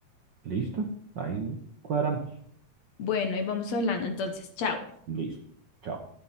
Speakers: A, on the right; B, on the left.
A: ¿Listo? Ahí cuadramos.
B: Bueno, ahí vamos hablando, entonces, chao.
A: Listo. Chao.